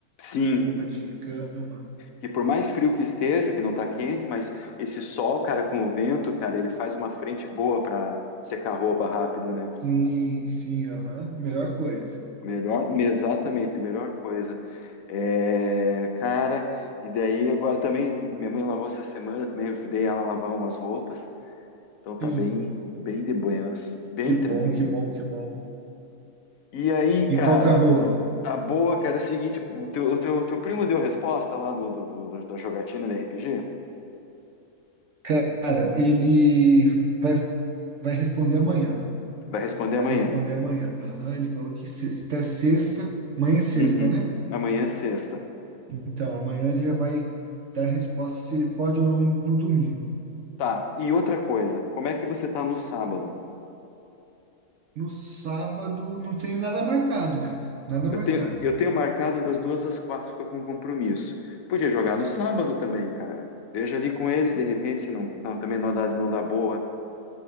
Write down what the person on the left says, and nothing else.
Sim,
que por mais frio que esteja, que não tá quente, mas esse sol, cara, com o vento, cara, ele faz uma frente boa pra secar roupa rápido, né?
Melhor, exatamente, a melhor coisa. É, cara, e daí agora também minha mãe lavou essa semana, também ajudei ela a lavar umas roupas, então tá
bem, bem de buenas, bem
tranquilo.
E aí, cara,
a boa, cara, é o seguinte, o teu, o teu, o teu primo deu a resposta lá do, do, do- do- da jogatina da RPG?
Vai responder
amanhã.
Uhum.
Amanhã é sexta.
Tá, e outra coisa, como é que você tá no sábado?
Eu
tenho, eu tenho marcado das duas às quatro, estou com um compromisso. Podia jogar no sábado também, cara. Veja ali com eles, de repente, se não, não- também não dá, não dá boa.